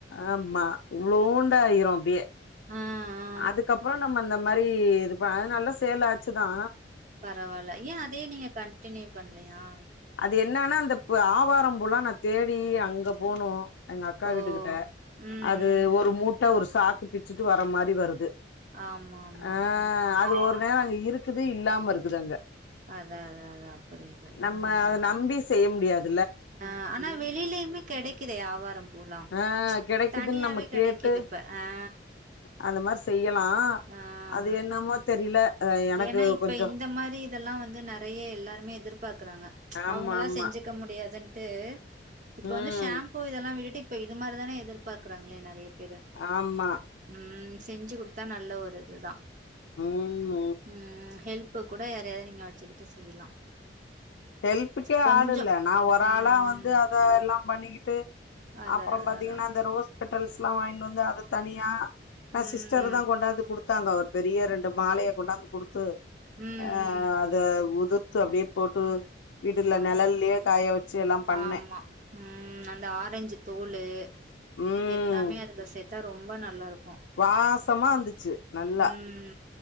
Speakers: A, on the left; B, on the right.
A: ஆமா இவ்ளோண்ட ஆயிரும் பியே
B: ஆ அ
A: அதுக்கப்றோ நம்ம இந்த மாரி இது பி அது நல்லா சேலாச்சுதா
B: பரவால்ல ஏ அதே நீங்க கண்டின்யூ பண்லையா
A: அது என்னான்னா அந்த பு ஆவாரம்பூலா நா தேடி அங்க போனோ எங்க அக்கா
B: ஓ
A: வீட்டு கிட்ட
B: ம்
A: அது
B: ம்
A: ஒரு
B: ம்
A: மூட்ட ஒரு சாக்கு பிச்சுட்டு வர மாரி வருது
B: ஆமா ஆமா
A: அ அது
B: ஆ
A: ஒரு நேரோ அங்க இருக்குது இல்லாம இருக்குது அங்க
B: அதா அதா அதா புரியுது
A: நம்ம
B: ஹா
A: அத
B: அ
A: நம்பி செய்ய முடியாத்
B: ஆ ஆனா வெளிலேயுமே கிடைக்குதே ஆவாரம் போலாம்
A: ஆ கெடைக்குதுன்னு
B: தனியாவே
A: நம்ம
B: கிடைக்கிது
A: கேட்டு
B: இப்ப ஆ
A: அந்த மார் செய்யலா
B: ஆ
A: அது என்னமோ தெரில எனக்கு
B: ஏன்னா இப்ப
A: கொஞ்சோ
B: இந்த மாரித் இதெல்லா வந்து நறையெ எல்லாருமே எதிர்பாக்குறாங்க
A: ஆமா
B: அவங்களா
A: ஆமா
B: செஞ்சுக்க முடியாதுன்ட்டு இப்ப
A: ம்
B: வந்து ஷாம்பூ இதெல்லா விட்டுட்டு இப்ப இது மாரிதான எதிர்பாக்றாங்களே நறைய பேரு
A: ஆமா
B: ம் செஞ்சு குடுத்தா நல்ல ஒரு இதுதா
A: ம் ஹீம்
B: ம் ஹெல்ப்பு கூட யாரயா நீங்க வச்சுக்கிட்டு செய்யலா
A: ஹெல்ப்புக்கே
B: கொஞ்சோ
A: ஆள் இல்ல நா ஒராளா
B: ம்
A: வந்து அத எல்லா பண்ணிக்கிட்டு
B: அதா
A: அப்றம்
B: அதா
A: பாத்தீங்கன்னா
B: அதா
A: அந்த ரோஸ் பெட்டல்ஸ்லா வாங்கின் வந்து அத தனியா நா
B: ம்
A: சிஸ்டர் தா கொண்டான்து குடு த்தாங்க ஒரு பெரிய ரெண்டு மாலைய கொண்டாந்து குடுத்து
B: ம்
A: அ அ
B: ம்
A: அல் த உதிர்த்து அப்டியே போட்டு வீட்டுல
B: ஆமா
A: நெழல்லயே காய வச்சு எல்லா பண்ணே
B: ஆமா உம் அந்த ஆரஞ்சு தோளு
A: ம்
B: இது எல்லாமே அதுல சேத்தா ரொம்ப நல்லாருக்கு
A: வாசமா இந்துச்சு நல்லா
B: ம்